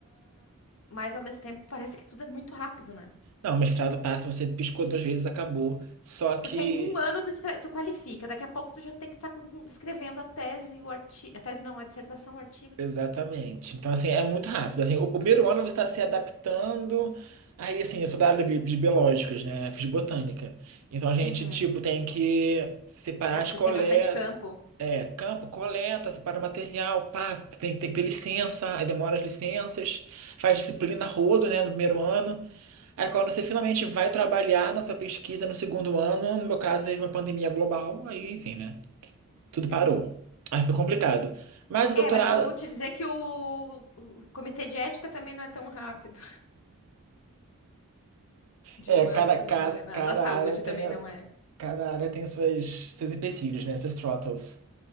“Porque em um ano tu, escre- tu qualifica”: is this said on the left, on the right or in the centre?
Left